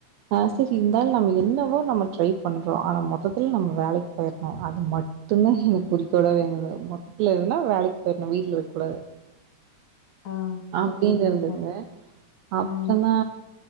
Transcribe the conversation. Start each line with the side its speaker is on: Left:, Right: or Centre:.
Right: ஆஸ் இட் இர்ந்தாலு நம்ம என்னவோ நம்ம ட்ரை பண்றோ ஆனா மொத்தத்துல நம்ம வேலைக்கு போயர்ணு அது மட்டுந்தா எனக்கு குறிக்கோளாவே இருந்துது மொத்தத்துல எதுனா வேலைக்கு போயிர்ணு வீட்ல இருக்க கூடாது
Left: ஆ
Right: அப்டினு
Left: ஓகே ஓகேக்கா
Right: இருந்துது அப்றந்தா
Left: ஆ